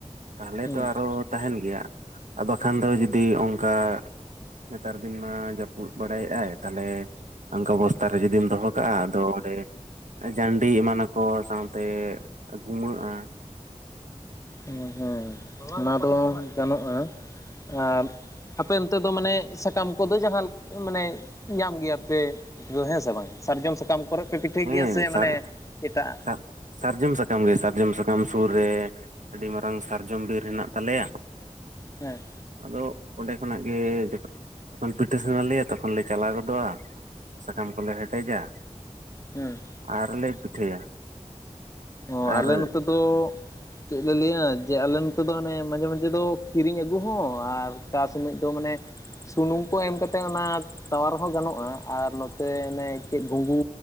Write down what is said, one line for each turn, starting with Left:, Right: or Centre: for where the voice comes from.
Right: ᱛᱟᱦᱚᱞᱮ
Left: ᱦᱩᱸ
Right: ᱛᱚ ᱟᱨᱚ ᱛᱟᱦᱮᱱ ᱜᱮᱭᱟ ᱟᱫᱚ ᱠᱷᱟᱱ ᱫᱚ ᱡᱩᱫᱤ ᱚᱱᱠᱟ ᱱᱮᱛᱟᱨ ᱫᱤᱱ ᱢᱟ ᱡᱟᱹᱯᱩᱫ ᱵᱟᱲᱟᱭᱮᱫᱟᱭ ᱛᱟᱦᱚᱞᱮ ᱚᱱᱠᱟ ᱵᱚᱥᱛᱟ ᱨᱮ ᱡᱩᱫᱤᱢ ᱫᱚᱦᱚ ᱠᱟᱜᱼᱟ ᱟᱫᱚ ᱚᱸᱰᱮ ᱡᱟᱱᱰᱤ ᱮᱢᱟᱱᱟᱠᱚ ᱥᱟᱶᱛᱮ ᱜᱩᱢᱟᱹᱜᱼᱟ।
Left: ᱦᱮᱸ ᱦᱮᱸ ᱚᱱᱟ ᱫᱚ ᱜᱟᱱᱚᱜᱼᱟ ᱟᱨ ᱟᱯᱮ ᱚᱱᱛᱮ ᱫᱚ ᱢᱟᱱᱮ ᱥᱟᱠᱟᱢ ᱠᱚᱫᱚ ᱡᱟᱦᱟᱸ ᱢᱟᱱᱮ ᱧᱟᱢ ᱜᱮᱭᱟ ᱯᱮ। ᱫᱚ ᱦᱮᱸ ᱥᱮ ᱵᱟᱝ ᱥᱟᱨᱡᱚᱢ ᱥᱟᱠᱟᱢ ᱠᱚᱨᱮ ᱯᱮ ᱯᱤᱴᱷᱟᱹᱭ
Right: ᱦᱮᱸ
Left: ᱜᱮᱭᱟ ᱥᱮ
Right: ᱥᱟᱨ
Left: ᱢᱟᱱᱮ ᱮᱴᱟᱜ-ᱟᱜ?
Right: ᱥᱟᱨ ᱥᱟᱨᱡᱚᱢ ᱥᱟᱠᱟᱢ ᱜᱮ ᱥᱟᱨᱡᱚᱢ ᱥᱟᱠᱟᱢ ᱥᱩᱨ ᱨᱮ ᱟᱹᱰᱤ ᱢᱟᱨᱟᱝ ᱥᱟᱨᱡᱚᱢ ᱵᱤᱨ ᱦᱮᱱᱟᱜ ᱛᱟᱞᱮᱭᱟ।
Left: ᱦᱮᱸ।
Right: ᱟᱫᱚ ᱚᱸᱰᱮ ᱠᱷᱚᱱᱟᱜ ᱜᱮ ᱡᱚᱠᱷᱚᱱ ᱯᱤᱴᱷᱟᱥᱟᱱᱟ ᱞᱮᱭᱟ ᱛᱚᱠᱷᱚᱱ ᱞᱮ ᱪᱟᱞᱟᱣ ᱜᱚᱫᱚᱜᱼᱟ। ᱥᱟᱠᱟᱢ ᱠᱚᱞᱮ ᱦᱮᱴᱮᱡᱟ।
Left: ᱦᱩᱸ।
Right: ᱟᱨᱞᱮ ᱯᱤᱴᱷᱟᱹᱭᱟ।
Left: ᱚ
Right: ᱟᱨ
Left: ᱟᱞᱮ ᱱᱚᱛᱮ ᱫᱚ ᱪᱮᱫ ᱞᱮ ᱞᱟᱹᱭᱟ ᱡᱮ ᱟᱞᱮ ᱱᱚᱛᱮ ᱫᱚ ᱦᱟᱱᱮ ᱢᱟᱡᱷᱮ ᱢᱟᱡᱷᱮ ᱫᱚ ᱠᱤᱨᱤᱧ ᱟᱹᱜᱩ ᱦᱚᱸ ᱟᱨ ᱚᱠᱟ ᱥᱚᱢᱚᱭ ᱫᱚ ᱢᱟᱱᱮ ᱥᱩᱱᱩᱢ ᱠᱚ ᱮᱢ ᱠᱟᱛᱮᱜ ᱚᱱᱟ ᱛᱟᱣᱟ ᱨᱮᱦᱚᱸ ᱜᱟᱱᱚᱜᱼᱟ ᱟᱨ ᱱᱚᱛᱮ ᱮᱱᱮ ᱪᱮᱫ ᱜᱩᱜᱩ